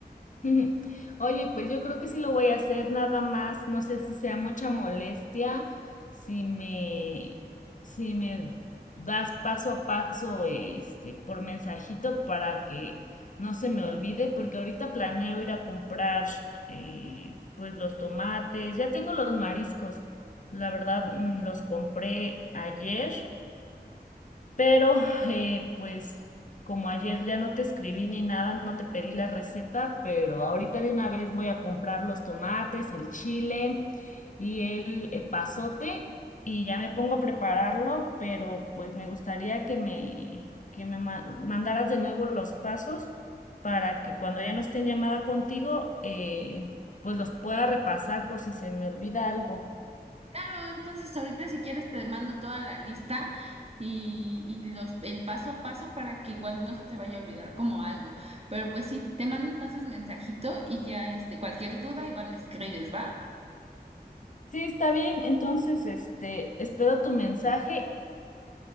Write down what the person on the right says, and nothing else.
Claro, entonces ahorita si quieres te mando toda la lista y, y los el paso a paso para que igual no se te vaya a olvidar como algo. Pero pues sí, te mando entonces mensajito y ya este cualquier duda igual me escribes, ¿va?